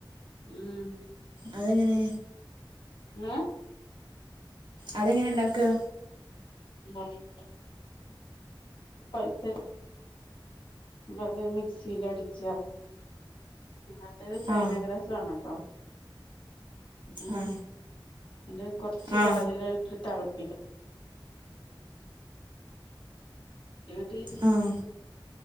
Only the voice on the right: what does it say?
അതെങ്ങനെ
അതെങ്ങനെ ഇണ്ടാക്കാ
ആ
ആ
ആ
ആഹ്